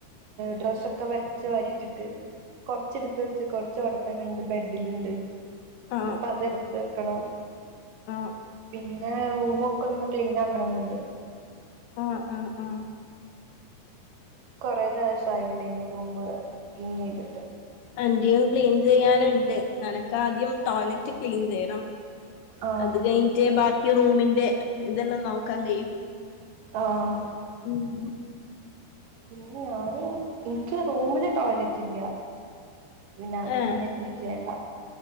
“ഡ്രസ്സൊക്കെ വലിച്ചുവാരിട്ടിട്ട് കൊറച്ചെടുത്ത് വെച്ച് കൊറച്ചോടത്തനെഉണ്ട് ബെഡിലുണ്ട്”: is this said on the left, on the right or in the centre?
Right